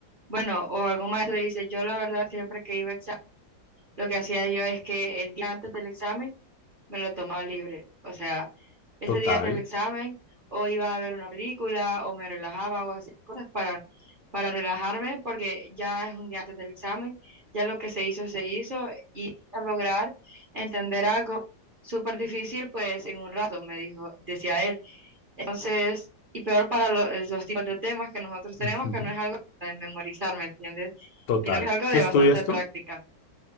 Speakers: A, on the right; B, on the left.
A: bueno, o algún maestro dice, yo la verdad siempre que iba a examen, lo que hacía yo es que el día antes del examen me lo tomaba libre. O sea, ese
B: Total.
A: día del examen o iba a ver una película o me relajaba o hacía cosas para, para relajarme porque ya es un día antes del examen, ya lo que se hizo se hizo y a lograr entender algo súper difícil pues en un rato, me dijo, decía él. Entonces, y peor para lo- eh, los tipos de temas que nosotros tenemos
B: Ujú,
A: que no es algo de memorizar, ¿me entiendes?
B: Total.
A: Sino que es algo de
B: ¿Qué estudias
A: bastante práctica.
B: tú?